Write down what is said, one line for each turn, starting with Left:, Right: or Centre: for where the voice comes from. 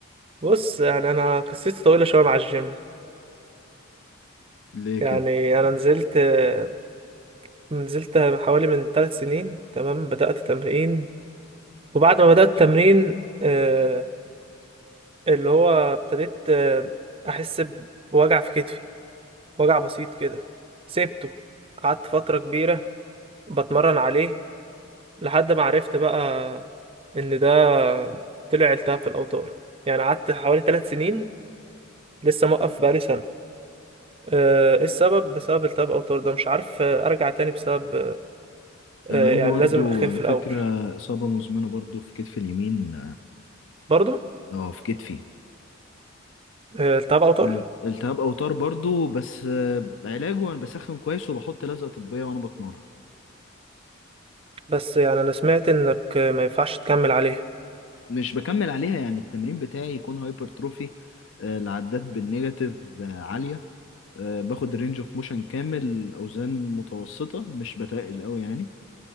Right: بص يعني انا قصتي طويلة شوية مع الجيم
Left: ليه كده
Right: يعني انا نزلت اه، نزلت حوالي من ثلاث سنين تمام بدأت تمرين وبعد ما بدأت تمرين اه، اللي هو ابتديت اه، احس بوجع في كتفي وجع بسيط كده سبته قعدت فترة كبيرة بتمرن عليه لحد ما عرفت بقى ان ده طلع التهاب في الاوتار يعني قعدت حوالي ثلاث سنين لسه موقف بقالي سنة آه، ايه السبب بسبب التهاب اوتار ده مش عارف آه، ارجع تاني بسبب
Left: انا
Right: آه،
Left: عندي
Right: يعني
Left: برضو
Right: لازم اخف
Left: على
Right: الاول
Left: فكرة إصابة مزمنة برضو في كتفي اليمين
Right: برضو
Left: اه في كتفي
Right: آه، التهاب اوتار
Left: آه، التهاب اوتار برضو بس آه، علاجه انا بسخن كويس وبحط لزقة طبية وانا بتمرن
Right: بس يعني انا سمعت انك آه، ما ينفعش تكمل عليه
Left: مش بكمل عليها يعني التمرين بتاعي يكون هايبرتروفي آه، العدات بالنيجاتيف آه، عالية آه، باخد رينج اوف موشن كامل اوزان متوسطة مش بتقل قوي يعني